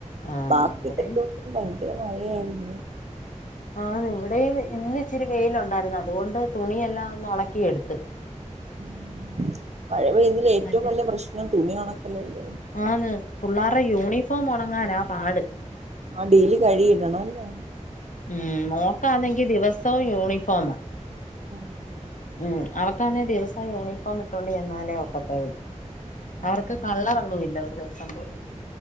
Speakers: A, on the left; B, on the right.
A: ആഹ്
B: ബാക്കി
A: ഇവിടെയും
B: ഇത്ര ദിസം ഭയങ്കര മഴയായിരുന്നു
A: ആന്ന് ഇവിടെയും ഇന്ന് ഇച്ചിരി വെയിലുണ്ടായിരുന്നു അതുകൊണ്ട് തുണിയെല്ലാം ഒന്ന് ഉണക്കിയെടുത്ത്
B: ഉംഹ് മഴപെയ്തതിൽ ഏറ്റവും
A: മറ്റേ
B: വലിയ പ്രശ്നം തുണി ഉണക്കല്ലല്ലേ
A: ആന്ന് പുള്ളാർടെ യൂണിഫോം ഉണങ്ങനാ പാട്
B: ടേലി കഴിടണൊല്ലേ
A: ഉംഹ് മോക്കാന്നെങ്കി ദിവസവും യൂണിഫോം
B: ഉംഹ്
A: ഉംഹ് അവക്കാന്നേ ദിവസം യൂണിഫോം ഇട്ടോണ്ട് ചെന്നാലേ ഒക്കത്തോള്ളൂ
B: ഉം
A: അവർക്ക് കളറൊന്നു ഇല്ല ഒര് ദിവസം പോലും